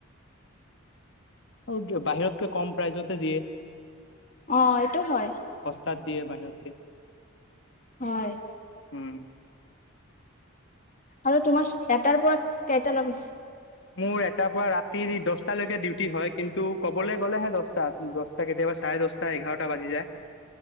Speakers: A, on the left; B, on the left.
A: আৰু বাহিৰতকে কম প্ৰাইজতে দিয়ে।
B: অ', এইটো হয়,
A: সস্তাত দিয়ে বাহিৰতকে
B: হয়।
A: উম।
B: আৰু তোমাৰ এটাৰ পৰা কেইটা লৈকে?
A: মোৰ এটাৰ পৰা ৰাতি দহটালৈকে ডিউটি হয়, কিন্তু ক'বলৈ গ'লেহে দহটাত। দহটা কেতিয়াবা চাৰে দহটা এঘাৰটা বাজি যায়